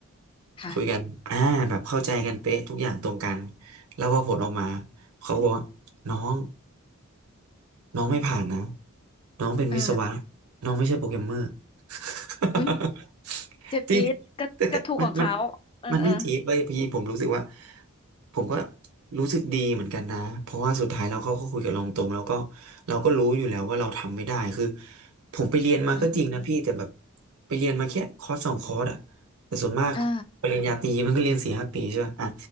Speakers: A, on the left; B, on the right.
A: ค่ะ
B: คุยกันอ่าแบบเข้าใจกันเป๊ะทุกอย่างตรงกันแล้วพอผลออกมาเขาก็บอกว่าน้องน้องไม่ผ่านนะน้องเป็นวิศวะ
A: เออ
B: น้องไม่ใช่โปรแกรมเมอร์ <laughs>
A: อุ้ยเจ็บจี๊ดก็ก็ถูกของเขาเออเออ
B: จริงแต่แต่มันมัน มันไม่จี๊ดเว้ยพี่ผมรู้สึกว่าผมก็รู้สึกดีเหมือนกันนะเพราะว่าสุดท้ายเราก็ก็คุยกับเราตรงแล้วก็เราก็รู้อยู่แล้วว่าเราทำไม่ได้คือผมไปเรียนมาก็จริงนะพี่แต่แบบ
A: อืมอืม
B: ไปเรียนมาแค่คอร์สสองคอร์สอะแต่ส่วนมากปริญญาตรีมันก็เรียนสี่ห้าปีใช่ป่ะอ่ะ
A: อ่า